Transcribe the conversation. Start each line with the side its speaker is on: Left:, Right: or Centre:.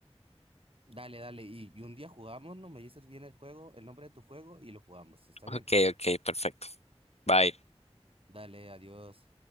Right: Dale, dale. Y, y un día jugamos, ¿no? Me dices bien el juego, el nombre de tu juego y lo jugamos. ¿Está bien?
Left: Ok, ok, perfecto. Bye.
Right: Dale, adiós.